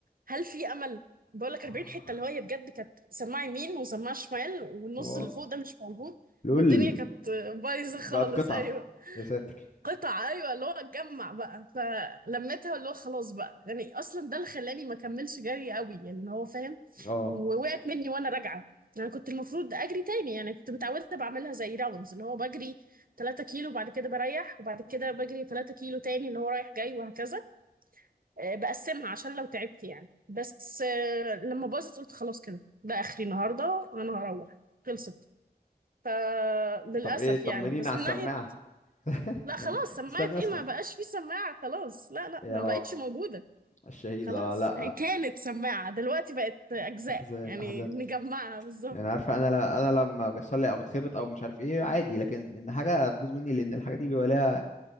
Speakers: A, on the right; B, on the left.
A: هل في امل بقول لك
B: آه،
A: 40 حتة اللي هو هي بجد كانت سماعة يمين وسماعة شمال والنص
B: واو
A: اللي فوق ده مش موجود
B: لول
A: والدنيا كانت بايظة خالص
B: بقت قطعة
A: ايوه
B: يا ساتر
A: قطع ايوه اللي هو اتجمع بقى فلمتها اللي هو خلاص بقى يعني اصلا ده اللي خلاني ما كملش جري قوي يعني هو فاهم
B: اه
A: ووقعت مني وانا راجعه يعني كنت المفروض اجري تاني يعني كنت متعوده بعملها زي راوندز اللي هو بجري 3 كيلو وبعد كده بريح وبعد كده بجري 3 كيلو تاني اللي هو رايح جاي وهكذا آه، بقسمها عشان لو تعبت يعني بس آه، لما باظت قلت خلاص كده ده اخري النهارده انا هروح خلصت فللاسف
B: طب ايه طمنيني
A: يعني بس
B: على السماعة
A: من ناحيه
B: <laughs>
A: لا خلاص سماعة
B: استنى
A: ايه
B: اسمع
A: ما بقاش في سماعة خلاص لا لا
B: يا
A: ما بقتش موجودة
B: الشهيد
A: خلاص
B: لا لا
A: يعني كانت سماعة دلوقتي بقت أجزاء
B: احزان
A: يعني
B: احزان
A: نجمعها بالظبط
B: يعني عارفة انا لا انا لما بيحصل لي او بتخبط او مش عارف ايه عادي لكن ان حاجة تبوظ مني لان الحاجة دي بيبقى ليها